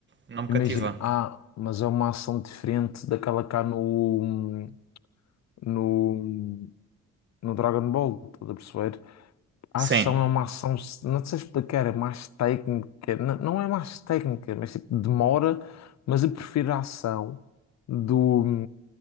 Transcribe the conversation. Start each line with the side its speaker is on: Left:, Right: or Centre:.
Right: Não me cativa.
Left: imagina, ah, mas é uma ação diferente daquela cá no, no, no Dragon Ball, estás a perceber? A
Right: Sim,
Left: ação é uma ação, não sei explicar, é mais técnica, não, não é mais técnica, mas tipo, demora, mas eu prefiro a ação do,